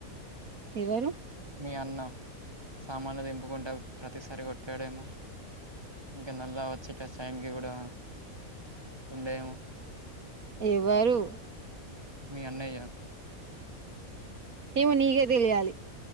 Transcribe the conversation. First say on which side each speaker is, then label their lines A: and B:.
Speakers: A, on the right (about 75°); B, on the right (about 15°).
A: ఎవరు
B: మీ అన్న సామాడ్లు దింపుకుంటప్రతిసారి కొట్యడేమో ఇంక నల్ల వచ్చే టైకి కూడా ఉండేదెమొ
A: ఎవరు
B: మీ అన్నయ్య
A: ఏమొనీకే తెలియాలి